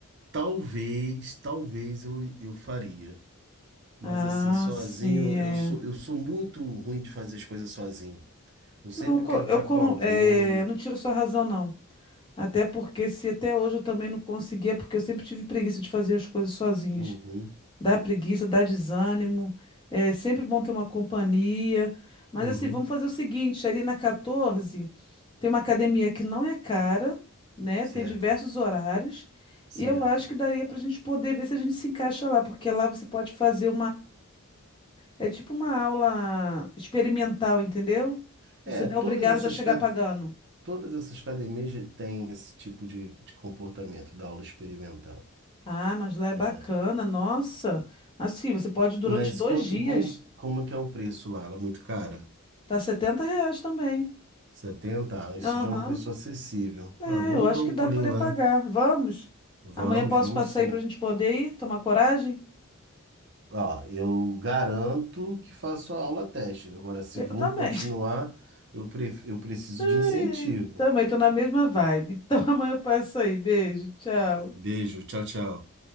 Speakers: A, on the right; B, on the left.
A: Talvez, talvez eu, eu faria. Mas
B: Ah,
A: assim, sozinho,
B: sim, é.
A: eu sou, eu sou muito ruim de fazer as coisas sozinho. Eu sempre
B: Não, eu, co-
A: quero
B: eu
A: estar
B: con-
A: com alguém.
B: é, não tiro sua razão, não. Até porque se até hoje eu também não conseguia, porque eu sempre tive preguiça de fazer as coisas sozinhas.
A: Uhum,
B: Dá preguiça, dá desânimo. É sempre bom ter uma companhia. Mas
A: uhum.
B: assim, vamos fazer o seguinte, ali na 14 tem uma academia que não é cara, né?
A: Certo,
B: Tem diversos horários.
A: certo.
B: E eu acho que daria para a gente poder ver se a gente se encaixa lá, porque lá você pode fazer É tipo uma aula experimental, entendeu? Você
A: É,
B: não
A: todas
B: é obrigado
A: essas,
B: já a chegar
A: cade-
B: pagando.
A: todas essas academias já têm esse tipo de, de comportamento da aula experimental.
B: Ah, mas lá é bacana,
A: É.
B: nossa. Assim, você pode ir durante
A: Mas
B: dois
A: quanto,
B: dias.
A: como, como é que é o preço lá? Ela é muito cara?
B: Tá Setenta reais também.
A: setenta Ah, Isso
B: Aham.
A: já é um preço acessível.
B: É,
A: Ah, vamos
B: eu acho
A: dar um
B: que dá
A: pulinho
B: pra poder
A: lá.
B: pagar. Vamos?
A: Vamos,
B: Amanhã posso
A: vamos
B: passar
A: sim.
B: aí pra gente poder ir, tomar coragem?
A: Ó, eu garanto que faço a aula teste. Agora, se
B: Eu
A: vou
B: também.
A: continuar, eu, pref- eu preciso
B: <laughs>
A: de incentivo.
B: Também tô na mesma vibe. Então <laughs> amanhã eu passo aí. Beijo, tchau.
A: Beijo, tchau, tchau.